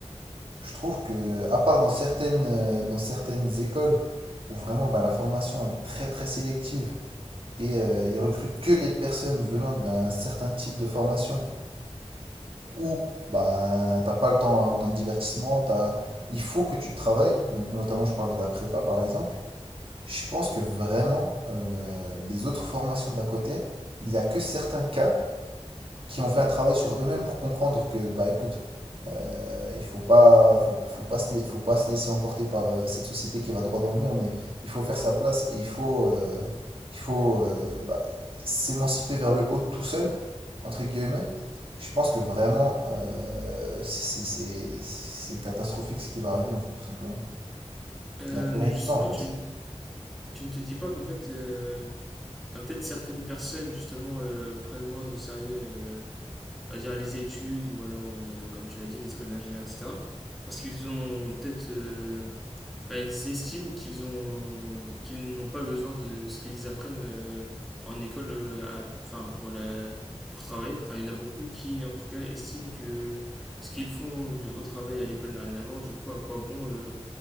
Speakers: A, on the right; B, in the centre.
A: Je trouve que, à part dans certaines, euh, dans certaines écoles où vraiment bah, la formation elle est très très sélective, et euh, ils recrutent que les personnes venant d'un certain type de formation où bah t'as pas le temps autant de divertissement, t'as... il faut que tu travailles. Donc, notamment, je parle de la prépa par exemple. Je pense que vraiment, euh, les autres formations d'à côté, il y a que certains cas qui ont fait un travail sur eux-mêmes pour comprendre que, bah écoute, euh, il faut pas, faut, faut pas se, faut pas se laisser emporter par euh, cette société qui va droit dans le mur, mais il faut faire sa place et il faut, euh, il faut euh, bah, s'émanciper vers le haut tout seul, entre guillemets. Je pense que vraiment, euh, c'est c'est- c'est- c'est catastrophique ce qui va arriver, en fait, tout simplement.
B: Euh,
A: Il n'y a plus
B: mais
A: rien qui
B: justement
A: va, en fait.
B: tu, n- tu ne te dis pas qu'en fait euh, ah, peut-être certaines personnes justement euh, prennent moins au sérieux euh, on va dire, les études ou alors, euh, comme tu l'as dit, les écoles d'ingénieurs, etc. Parce qu'ils ont peut-être. euh, enfin, ils estiment qu'ils ont qu'ils n'ont pas besoin de ce qu'ils apprennent euh, en école euh, à- enfin, pour, la, pour travailler. Enfin, il y en a beaucoup qui, en tout cas, estiment que ce qu'ils font du, au travail à l'école n'a rien à voir. Du coup, à quoi bon euh,